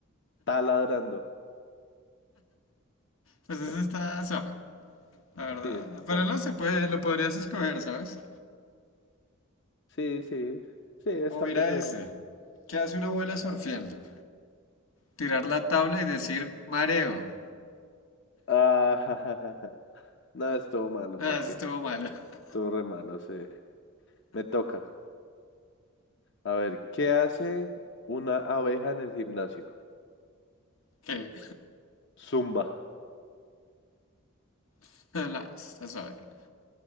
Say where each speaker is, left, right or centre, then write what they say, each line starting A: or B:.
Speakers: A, on the left; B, on the left.
A: Taladrando.
B: Pues ese
A: <laughs>
B: está suave, la verdad.
A: Sí, ese está.
B: Pero no se puede, lo podrías escoger, ¿sabes?
A: Sí, sí. Sí, está
B: O mira
A: pendejo.
B: ese. ¿Qué hace una abuela surfeando? tirar la tabla y decir mareo.
A: Ah, <laughs> ja, ja, ja, ja. Nada, es todo malo,
B: Ah,
A: ¿pa'
B: eso
A: qué?
B: estuvo malo. <laughs>
A: Todo re malo, sí. Me toca. A ver, ¿qué hace una abeja en el gimnasio?
B: Que,
A: Zumba.
B: <laughs> nah, está suave.